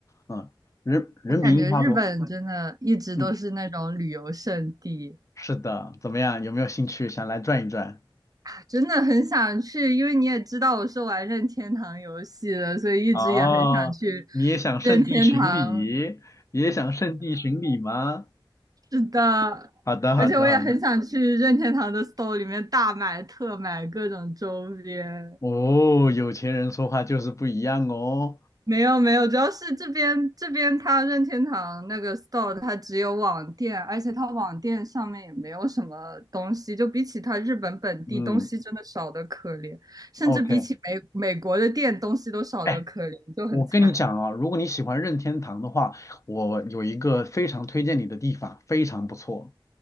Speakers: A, on the left; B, on the right.
A: 嗯，人人比樱花多。
B: 我感觉日本真的一直都是那种旅游胜地，
A: 嗯，是的，怎么样？有没有兴趣想来转一转？
B: 啊真的很想去。因为你也知道我是玩任天堂游戏的，所以一直也很想去
A: 哦，你也想圣地巡礼，
B: 任天堂。
A: 也想圣地巡礼吗？
B: 是的，
A: 好的，好的，
B: 而且我也很想去任天堂的
A: 好的。
B: store 里面大买特买各种周边。
A: 哦，有钱人说话就是不一样哦。
B: 没有没有，主要是这边这边它任天堂那个 store 它只有网店，而且它网店上面也没有什么东西，就比起它日本本地东西真的少的可怜，
A: 嗯
B: 甚至比起美美国的店东西都少的可怜，
A: ，OK。哎，
B: 就很惨。
A: 我跟你讲啊，如果你喜欢任天堂的话，我有一个非常推荐你的地方，非常不错。